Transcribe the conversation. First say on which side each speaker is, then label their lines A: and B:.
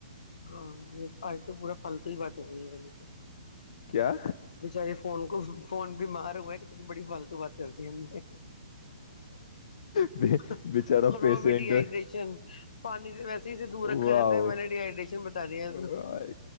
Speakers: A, on the left; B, on the left.
A: ہاں یہ آج تو پورا فالتو ہی بات ہو گئی ہے بلی تو
B: کیا
A: بچاری فون کو فون بھی مار ہو اتنی بڑی فالتو بات کر دی ہے م نے
B: بچارا
A: اور
B: پیشنٹ
A: وہ بھی ڈیہائیڈریشن پانی سے ویسے ہیے دور
B: واؤ
A: رکھا جاتا ہے میں نے ڈیہائیڈریشن بتا دیا
B: یار
A: اس کو